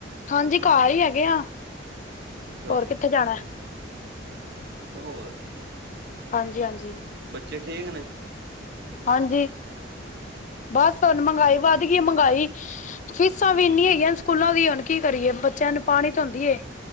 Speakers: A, on the left; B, on the right.
A: ਹਾਂਜੀ, ਘਰ ਹੀ ਹੈਗੇ ਆ।
B: ਅੱਛਾ
A: ਹੋਰ ਕਿੱਥੇ ਜਾਣਾ?
B: ਹੋਰ।
A: ਹਾਂਜੀ-ਹਾਂਜੀ।
B: ਬੱਚੇ ਠੀਕ ਨੇ?
A: ਹਾਂਜੀ, ਬਸ ਹੁਣ ਮਗਾਈ ਵੱਧ ਗਈ। ਮੰਗਾਈ ਫੀਸਾਂ ਵੀ ਇੰਨੀ ਹੈਗੀਆਂ ਨੇ ਸਕੂਲਾਂ ਦੀ, ਹੁਣ ਕੀ ਕਰੀਏ? ਬੱਚਿਆਂ ਨੂੰ <unintelligible>